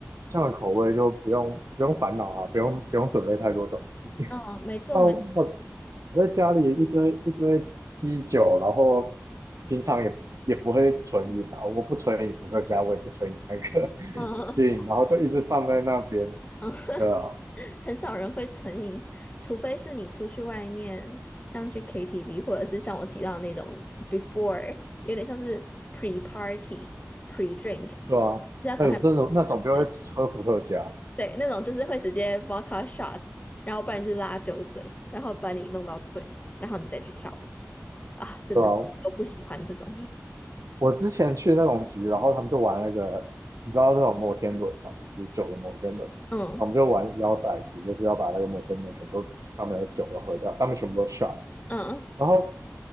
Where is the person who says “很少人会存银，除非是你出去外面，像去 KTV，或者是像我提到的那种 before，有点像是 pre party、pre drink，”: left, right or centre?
Left